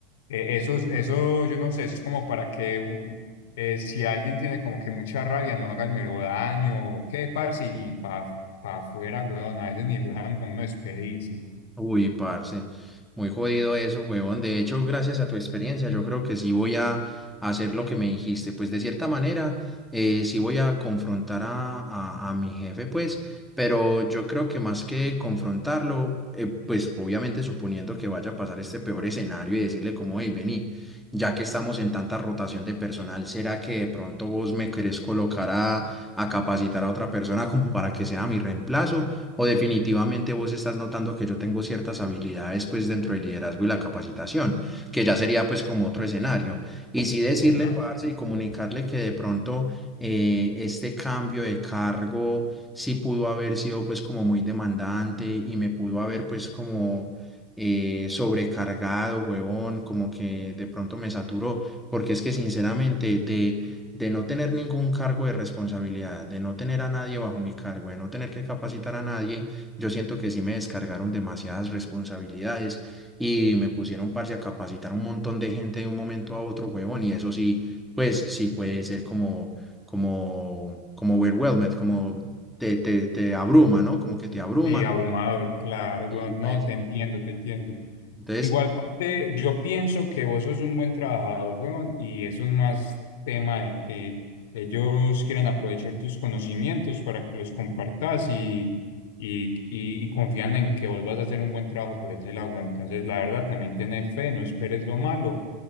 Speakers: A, on the left; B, in the centre.
A: Eh, eso, es- eso, yo no sé, es como para que un- eh, si alguien tiene como que mucha rabia, no haga el mero daño o qué, parce, y pa, pa afuera, weón, a veces ni lo dejan a uno despedirse.
B: Uy, parce, muy jodido eso, huevón. De hecho, gracias a tu experiencia, yo creo que sí voy a hacer lo que me dijiste. Pues de cierta manera, eh, sí voy a confrontar a, a- a mi jefe, pues, pero yo creo que más que confrontarlo, eh, pues obviamente suponiendo que vaya a pasar este peor escenario y decirle como, hey, vení, ya que estamos en tanta rotación de personal, ¿será que de pronto vos me querés colocar a, a capacitar a otra persona como para que sea mi reemplazo? o definitivamente vos estás notando que yo tengo ciertas habilidades pues dentro del liderazgo y la capacitación, que ya sería pues como otro escenario. Y sí decirle,
A: Ujú.
B: parce, y comunicarle que de pronto eh, este cambio de cargo sí pudo haber sido pues como muy demandante y me pudo haber pues como... eh, sobrecargado, huevón, como que de pronto me saturó, porque es que sinceramente de, de no tener ningún cargo de responsabilidad, de no tener a nadie bajo mi cargo, de no tener que capacitar a nadie, yo siento que sí me descargaron demasiadas responsabilidades y me pusieron parce a capacitar a un montón de gente de un momento a otro, huevón, y eso sí, pues sí puede ser como, como, como overwhelmed, como te, te, te abruma, ¿no? Como que te abruma
A: Sí, abrumador, claro, weón.
B: y pues,
A: No, te entiendo, te entiendo.
B: entonces...
A: Igual parte, yo pienso que vos sos un buen trabajador, weón, y eso es más tema de que ellos quieran aprovechar tus conocimientos para que los compartas y, y, y, y confían en que vos vas a hacer un buen trabajo por ese lado, weón. Entonces, la verdad, también tené fe, no esperes lo malo.